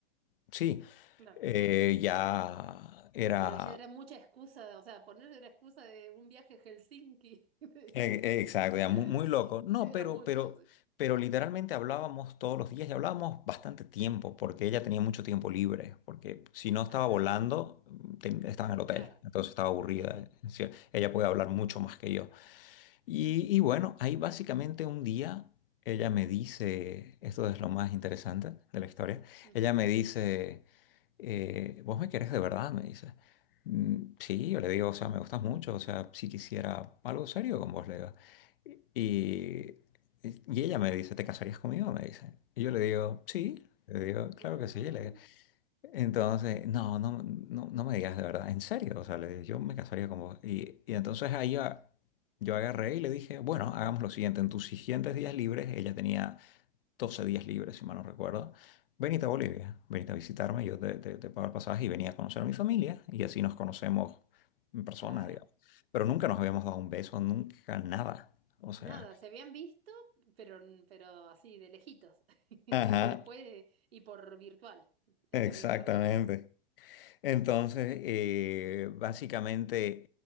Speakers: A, on the left (about 65°); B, on the right (about 85°).
A: sí,
B: claro.
A: eh, ya era.
B: Pero ya era mucha excusa, o sea, ponerle la excusa de un viaje a Helsinki. <laughs>
A: Eh, eh, Exacto, ya, muy, muy
B: Sí,
A: loco. No,
B: era
A: pero,
B: mucho,
A: pero,
B: sí.
A: pero literalmente hablábamos todos los días y hablábamos bastante tiempo porque ella tenía mucho tiempo libre, porque si no estaba
B: Ajá,
A: volando, mm, ten- estaba en el hotel,
B: claro,
A: entonces estaba aburrida.
B: sí, sí.
A: es decir, ella puede
B: Ujú,
A: hablar mucho más que yo. Y, y bueno, ahí básicamente un día ella me dice, esto es lo más interesante de la historia,
B: ujú,
A: ella me dice eh, ¿vos me querés de verdad? Me dice. "Mm, Sí,
B: ujú.
A: yo le digo, o sea, me gustas mucho, o sea, si quisiera algo serio con vos, le digo. Y, y ella me dice, ¿te casarías conmigo? Me dice. Y yo le digo, sí, le digo, claro
B: <laughs> Uy,
A: que sí. le digo. Entonces, no, no, no, no me digas de verdad, en serio, o sea, le digo, yo me casaría con vos. Y, y entonces ahí a- yo agarré y le dije, bueno, hagamos lo siguiente, en tus siguientes días libres, ella tenía 12 días libres, si mal no recuerdo. Venite a Bolivia, venite a visitarme, yo te, te, te pago el pasaje y venía a conocer a mi familia y así nos conocemos en persona,
B: claro.
A: digamos. Pero nunca nos habíamos dado un beso, nunca nada. O sea,
B: Nada, se habían visto, pero, pero así, de lejitos. <laughs> Y
A: Ajá,
B: después, y por virtual, <laughs>
A: exactamente.
B: virtualmente.
A: Entonces, eh, básicamente,